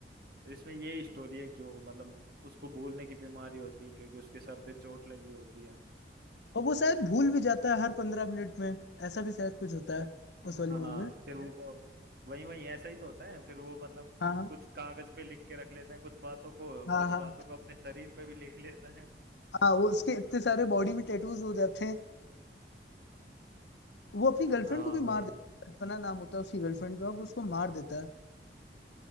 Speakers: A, on the right (about 55°); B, on the left (about 80°).
A: तो इसमें यही स्टोरी है कि वो मतलब उसको भूलने की बीमारी होती है क्योंकि उसके सर पे चोट लगी होती है
B: और वो शायद भूल भी जाता है हर पंद्रह मिनट में ऐसा भी शायद कुछ होता है उस वाली
A: हाँ
B: मूवी
A: फिर
B: में
A: वो वही वही ऐसा ही तो होता है फिर वो मतलब
B: हाँ हाँ
A: कुछ कागज पे लिख के रख लेते हैं कुछ बातों को
B: हाँ
A: कुछ
B: हाँ
A: बातों को अपने शरीर पे भी लिख लेते हैं
B: हाँ वो उसके इतने सारे बॉडी में टैटूज हो जाते हैं वो अपनी गर्लफ्रेंड
A: हाँ
B: को भी
A: वही
B: मार देता है कल्पना नाम होता है उसकी गर्लफ्रेंड का वो उसको मार देता है